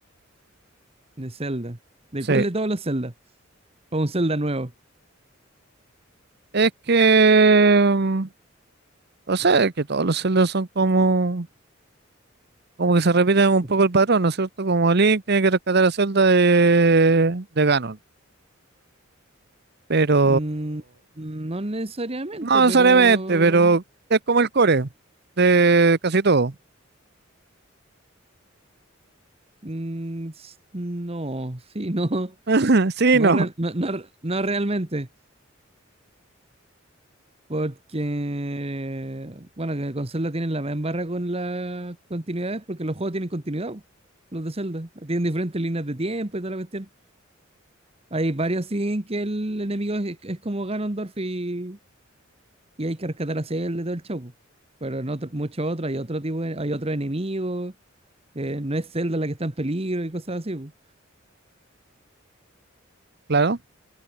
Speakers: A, on the right; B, on the right.
A: De Zelda. ¿De
B: Sí,
A: cuál de todos los Zelda? O un Zelda nuevo.
B: es que, mm, o sea, es que todos los Zelda son como Como que se repite un
A: Ento-
B: poco el patrón, ¿no es cierto? Como Link tiene que rescatar a Zelda de, de Ganon. Pero
A: Mm, no necesariamente,
B: no necesariamente,
A: pero...
B: pero es como el core de casi todo.
A: mm, s- no, sí, no.
B: <laughs> Sí,
A: No,
B: no,
A: re- no, no, no realmente. Porque, bueno, que Con Zelda tienen la misma barra con las continuidades, porque los juegos tienen continuidad, po, los de Zelda. Tienen diferentes líneas de tiempo y toda la cuestión. Hay varios así en que el enemigo es, es como Ganondorf y, y hay que rescatar a Zelda y todo el show. po. Pero en otro- muchos otros, hay otro tipo, de- hay otros enemigos, eh, no es Zelda la que está en peligro y cosas así. po.
B: claro.